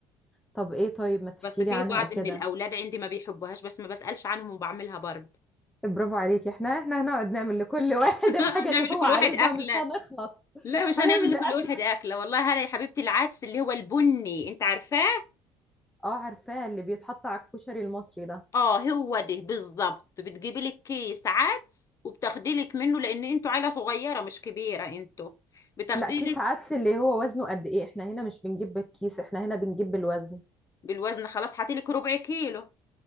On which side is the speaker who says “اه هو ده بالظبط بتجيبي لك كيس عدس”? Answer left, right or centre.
Left